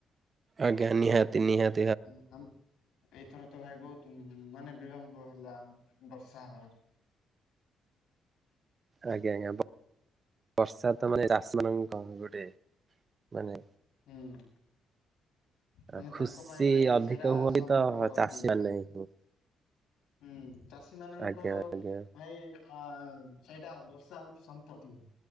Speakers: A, on the right; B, on the left.
A: ଆଜ୍ଞା ନିହାତି ନିହାତ।
B: ଆମ ଆମ ଏଇଥର ତ ଭାଇ ବହୁତ ମାନେ ବିଳମ୍ବ ହେଲା ବର୍ଷା ହବାର।
A: ଆଜ୍ଞା ଆଜ୍ଞା ବ ବର୍ଷା ତ ମାନେ ଚାଷୀ ମାନଙ୍କ ଗୋଟେ ମାନେ
B: ହୁଁ। ମାନେ
A: ଆ
B: ତାଙ୍କ
A: ଖୁସି
B: ପାଇଁ ଭାଇ
A: ଅଧିକ
B: ସେଇଟା
A: ହୁଅନ୍ତି
B: ସମ୍ପତ୍ତି
A: ତ ଚାଷୀ ମାନେ
B: ଭାଇ।
A: ହିଁ।
B: ହୁଁ ଚାଷୀ ମାନଙ୍କ
A: ଆଜ୍ଞା
B: ଭାଇ
A: ଆଜ୍ଞା
B: ଆ ଆ ଉ ମ୍ ସେଇଟା ବର୍ଷା ହଉଚି ସମ୍ପତି ହୁଁ।